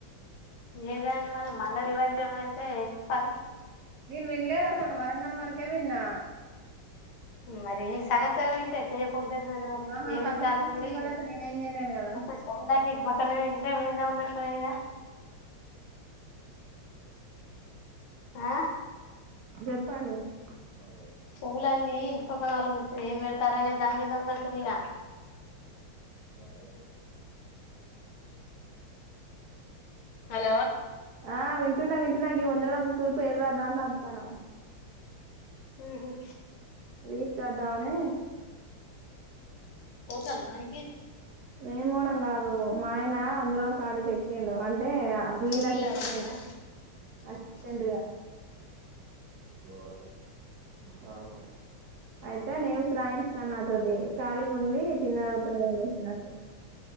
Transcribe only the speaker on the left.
ఏదని వాళ్ళ మళ రివంజం అంటే ఏం చెప్పాలి
మరి సగం సగం వింటే ఎట్ చెప్ప పోతుది దాని మరి
ఏమి
వింటారు
మీరు
చె ఇంటి పక్కనే వింటే ముందే ఉన్నట్ద ఆ
చెవులన్నీ ఇంటి పక్కన వాళ్ళు ము ఏం వెళ్తారనే దాని మీద ఉందంటుంది ఇక
హలో
హ
ధాల పనికి
నీళ్ళు
తాగుతారా